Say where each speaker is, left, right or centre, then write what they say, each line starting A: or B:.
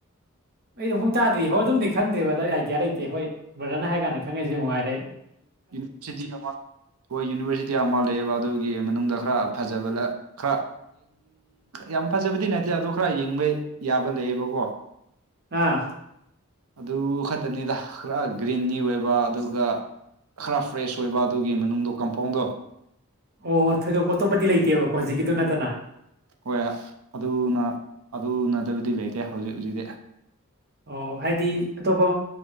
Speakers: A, on the right; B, on the right.
A: ꯑꯩꯗꯤ ꯍꯨꯛ ꯇꯥꯗ꯭ꯔꯤ ꯍꯣꯏ ꯑꯗꯨꯝꯗꯤ ꯈꯪꯗ꯭ꯔꯦꯕꯗ ꯑꯩ ꯑꯥꯏꯗꯤꯌꯥ ꯂꯩꯇꯦ ꯍꯣꯏ ꯕ꯭ꯔꯗꯅ ꯍꯥꯏ ꯀꯥꯟꯗ ꯈꯪꯛꯏꯦꯅꯨꯡꯉꯥꯏꯔꯦ
B: ꯌꯨꯅꯤꯔꯁꯇꯤ ꯑꯃ ꯌꯨꯅꯤꯔꯁꯇꯤ ꯑꯃ ꯂꯩꯕꯗꯧꯒꯤ ꯃꯅꯨꯡꯗ ꯈꯔ ꯐꯖꯕ ꯈꯔ ꯌꯥꯝ ꯐꯖꯕꯗꯤ ꯅꯠꯇꯦ ꯑꯗ ꯈꯔ ꯌꯦꯡꯕꯩ ꯌꯥꯕ ꯂꯩꯌꯦꯕꯀꯣ
A: ꯑꯥ
B: ꯑꯗꯨ ꯈꯛꯇꯅꯤꯗ ꯈꯔ ꯒ꯭ꯔꯤꯟꯅꯤ ꯑꯣꯏꯕ ꯑꯗꯨꯒ ꯈꯔ ꯐ꯭ꯔꯦꯁ ꯑꯣꯏꯕ ꯑꯗꯨꯒꯤ ꯃꯅꯨꯡꯗ ꯀꯝꯄꯥꯎꯟꯗ
A: ꯑꯣ ꯊꯣꯏꯗꯣꯛ ꯑꯇꯣꯞꯄꯗꯤ ꯂꯩꯇꯦꯕꯀꯣ ꯍꯧꯖꯤꯛꯀꯤꯗꯨ ꯅꯠꯇꯅ
B: ꯍꯣꯏ ꯑꯗꯨꯅ ꯑꯗꯨꯅꯗꯕꯗꯤ ꯂꯩꯇꯦ ꯍꯧꯖꯤꯛ ꯍꯧꯖꯤꯛꯇꯤ
A: ꯑꯣ ꯍꯥꯏꯗꯤ ꯑꯇꯣꯞꯄ